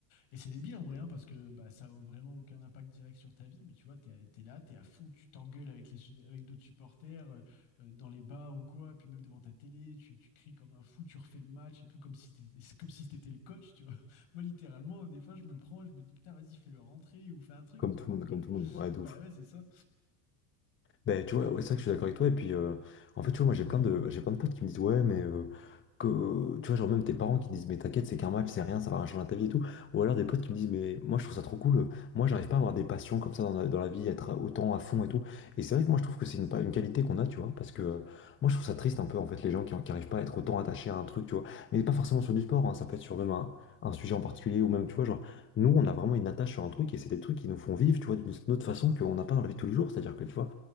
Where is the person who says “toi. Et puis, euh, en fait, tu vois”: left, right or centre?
Left